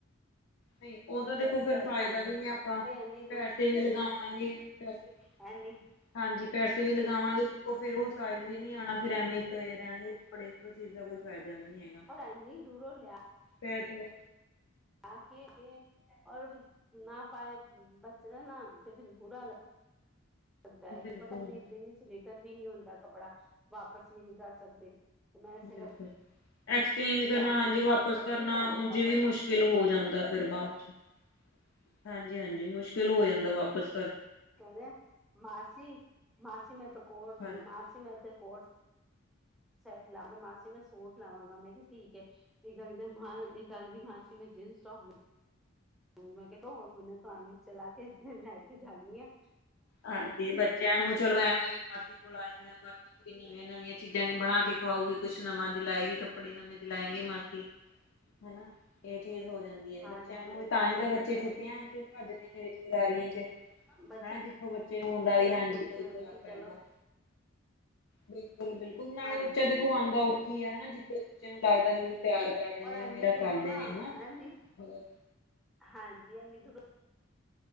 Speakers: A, on the left; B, in the centre.
A: ਨਹੀਂ ਉਹ ਤਾਂ ਦੇਖੋ
B: ਐਤਕੀ
A: ਫਿਰ
B: ਵਾਰ
A: ਫਾਇਦਾ
B: ਹੋਰ
A: ਵੀ ਨੀ ਆਪਾਂ
B: ਬਈ ਇੰਨੀ
A: ਪੈਸੇ ਵੀ ਲਗਾਵਾਂਗੇ ਪੈਸੇ
B: ਹੈ ਨਹੀਂ
A: ਹਾਂਜੀ, ਪੈਸੇ ਵੀ ਲਗਾਵਾਂਗੇ ਫਿਰ ਉਹ ਸਾਈਜ਼ ਵੀ ਨਹੀਂ ਆਣਾ ਫਿਰ ਐਵੇਂ ਪਏ ਰਹਿਣਗੇ ਕੱਪੜੇ ਫਿਰ ਉਹ ਚੀਜ਼ ਦਾ ਕੋਈ ਫਾਇਦਾ ਵੀ ਨਹੀਂ ਹੈਗਾ।
B: ਐਨੀ ਦੂਰੋਂ ਲਿਆ।
A: ਮੈਂ ਤੈਨੂੰ
B: ਆ ਕੇ, ਇਹ ਔਰ ਫਿਰ ਨਾ ਪਾਏ ਬੱਚੇ ਦਾ ਨਾ 'ਤੇ ਫਿਰ ਬੁਰਾ ਲੱ <inaudible> ਦਾ ਹੈ, ਕਿਉਂ
A: ਬਿਲਕੁਲ
B: ਪਤਾ ਕਿੰਨੇ ਦਿਨ 'ਚ ਰਿਟਨ ਵੀ ਨੀ ਹੁੰਦਾ ਕੱਪੜਾ ਵਾਪਿਸ ਵੀ ਨਹੀਂ ਕਰ ਸਕਦੇ। ਤੇ ਮੈਂ ਇਸੇ
A: ਬਿਲਕੁਲ ਐਕਸਚੇਂਜ
B: ਕਰਕੇ
A: ਕਰਨਾ
B: ਆਖਦੀ
A: ਹਾਂਜੀ, ਵਾਪਿਸ
B: ਸਬਦੀ
A: ਕਰਨਾ
B: ਤੁਹਾਨੂੰ
A: ਉਝ
B: ਪਤਾ
A: ਵੀ
B: ਪਸੰਦ
A: ਮੁਸ਼ਕਿਲ ਮੁਸਕਿਲ ਹੋ ਜਾਂਦਾ ਫਿਰ ਬਾਅਦ 'ਚ <inaudible> ਹਾਂਜੀ-ਹਾਂਜੀ ਮੁਸ਼ਕਿਲ ਹੋ ਜਾਂਦਾ ਵਾਪਿਸ
B: ਕਹ ਮਾਸੀ -ਮਾਸੀ ਮੈਂ ਤੇ ਕੋਟ
A: ਹਾਂਜੀ
B: ਮਾਸੀ ਤੇ ਕੋਟ ਸੈੱਟ ਲਾਵਾਂ ਮਾ ਸੂਟ ਲਾਵਾਂਗਾ ਮੈਂ ਕਿਹਾ ਠੀਕ ਐ। ਇੱਕ ਗੱਲ ਇੱਕ ਮਾਂਸੀ ਮੈਂ ਜੀਨਸ ਟੋਪ ਮੈਂ ਕਿਹਾ <unintelligible> ਪਾਣੀ ਚਲਾ ਕੇ ਫਿਰ ਲੈ ਕੇ ਜਾਂਦੀ ਆਂ।
A: ਹਾਂਜੀ ਬੱਚਿਆਂ ਨੂੰ ਚਲੋ ਐਵੇਂ ਵੀ ਮਾਸੀ ਕੋਲ ਆਏ ਹੋਏ ਆ ਕੋਈ ਨਵੀਆਂ-ਨਵੀਆਂ ਚੀਜ਼ਾਂ ਬਣਾ ਕੇ ਖਵਾਊਗੀ ਕੁਛ ਨਵਾਂ ਦਿਲਾਏਗੀ ਕੱਪੜੇ ਨਵੇਂ ਦਿਲਾਏਂ ਗੇ ਮਾਸੀ। ਹਨਾ ਇਹ ਚੀਜ਼ ਹੋ ਜਾਂਦੀ ਆ।
B: ਹਾਂਜੀ
A: ਬੱਚਿਆਂ ਨੂੰ
B: ਇਸੇ
A: ਤਾਂ ਹੀ
B: ਕਰਕੇ
A: ਤਾਂ ਬੱਚੇ
B: ਬਸ
A: ਛੁੱਟੀਆਂ ਭੱਜਦੇ ਨੇ ਰਿਸ਼ਤੇਦਾਰੀਆਂ 'ਚ
B: ਬੱਚਿਆਂ
A: ਹਨਾ ਬੱਚੇ ਨੂੰ ਹੁੰਦਾ ਵੀ
B: ਦੀ
A: ਹਾਂਜੀ
B: ਖੁਸ਼ੀ
A: ਕੋਈ
B: ਹੋ
A: ਪਿਆਰ
B: ਗਈ ਕਿ
A: ਕਰਦਾ
B: ਚਲੋ
A: ਬਿਲਕੁਲ -ਬਿਲਕੁਲ ਨਾਲੇ
B: ਹਾਂਜੀ
A: ਬੱਚਾ ਦੇਖੋ ਆਉਂਦਾ
B: ਬਸ
A: ਉੱਥੇ ਆ ਹਨਾ ਜਿੱਥੇ ਬੱਚੇ ਨੂੰ ਲੱਗਦਾ ਵੀ ਮੈਨੂੰ ਪਿਆਰ ਕਰਦੇ
B: ਔਰ
A: ਨੇ
B: ਇਨੀ
A: ਮੇਰਾ
B: ਦੂਰੋਂ
A: ਕਰਦੇ
B: ਹਨਾ
A: ਨੇ
B: ਇਨੀ
A: ਮਤਲਬ
B: ਹਾਂਜੀ ਇਨੀ ਦੂਰੋਂ